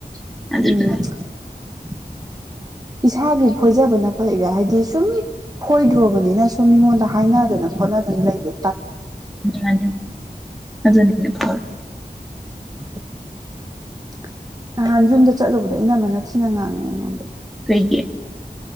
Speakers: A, on the right; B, in the centre.
A: ꯑꯣꯝ
B: ꯑꯗꯨꯗꯨꯅ
A: ꯏꯁꯥꯒꯤ ꯐꯣꯏꯖꯕꯅ ꯐꯩꯔꯦ ꯍꯥꯏꯗꯤ ꯁꯨꯝ ꯐꯣꯏꯗ꯭ꯔꯣꯕꯅꯤꯅ ꯁꯨꯝ ꯃꯤꯉꯣꯟꯗ ꯍꯥꯏꯅꯗꯅ ꯈꯣꯠꯅꯗꯅ ꯂꯩꯕ
B: ꯑꯗꯨꯗ ꯅꯩꯅ ꯐꯠ <unintelligible> <inaudible>
A: <unintelligible> <inaudible> ꯅꯍꯥꯟ ꯌꯨꯝꯗ ꯆꯠꯂꯨꯕꯗꯣ ꯏꯅꯝꯕꯃꯅ ꯊꯤꯅ ꯉꯥꯡꯉꯦ ꯑꯩꯉꯣꯟꯗ
B: ꯀꯩꯒ